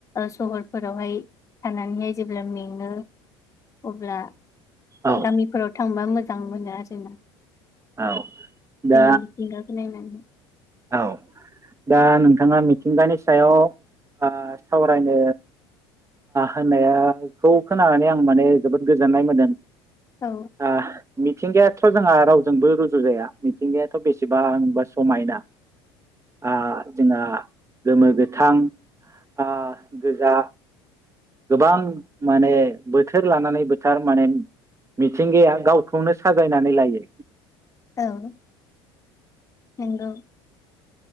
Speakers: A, on the left; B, on the right.
A: सहरफोरावहाय थानानैहाय जेब्ला मेङो अब्ला
B: औ
A: गामिफोराव थांबा मोजां मोजां मोनो आरो ना।
B: औ दा
A: बेनि मिथिंगाखौ नायनानै
B: औ दा नोंथाङा मिथिंगानि ओ सायाव सावरायनो होननायखौ खोनानानै आं माने जोबोद गोजोननाय मोनदों।
A: औ
B: आ मिथिंगायाथ' जोंहा रावजोंबो रुजु जाया मिथिंगायाथ' बेसेबांबा समायना आ जोंहा गोमो गोथां आ गोजा गोबां माने बोथोर लानानै बोथार माने मिथिंगाया गावखौनो साजायनानै लायो।
A: औ नंगौ।